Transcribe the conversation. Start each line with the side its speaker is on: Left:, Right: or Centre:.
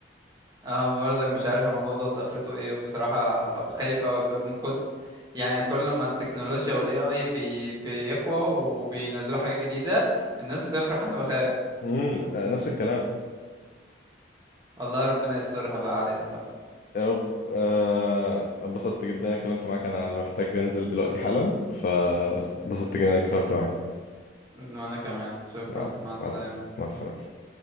Right: اه برضك مش عارف الموضوع ده اخرته ايه وبصراحه خايف أوي ب- من كنت يعني كل ما التكنولوجيا والاي اي بي بيقوى وبينزلوا حاجات جديده الناس بتفرح انا بخاف
Left: امم ده نفس الكلام
Right: والله ربنا يسترها بقى علينا بقى
Left: يا رب آه، اتبسطت جدا إني اتكلمت معاك انا محتاج انزل دلوقتي حالا فبسطت جدا إني اتكلمت معاك
Right: وأنا كمان شكرا
Left: مع
Right: مع السلامة
Left: مع مع السلامه